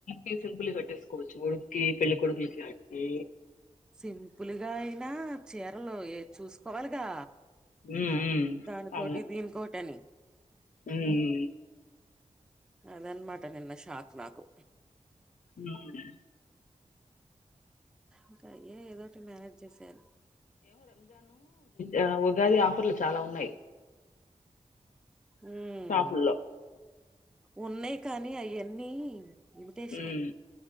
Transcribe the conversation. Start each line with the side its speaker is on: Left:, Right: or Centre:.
Left: పిస్ల కట్టేసుకోవచ్చు కి పెళ్లి కొడుకులకి ఆటికి
Centre: సింపుల్గా అయినా చీరలు ఏ చూసుకోవాలిగా
Left: ఉమ్ ఉమ్
Centre: దానికోటి
Left: అవును
Centre: దీనికోటని
Left: ఉమ్
Centre: అదన్న మాట నిన్న షాక్ నాకు
Left: ఉమ్ లే
Centre: ఇంకా అయే ఏదోఒకటి మేనేజ్ చేసేయాలి
Left: యా ఉగాది ఆఫర్లు చాలా ఉన్నాయి
Centre: ఉమ్
Left: షాపుల్లో
Centre: ఉన్నాయి కానీ అయన్నీ లిమిటేషను
Left: ఉమ్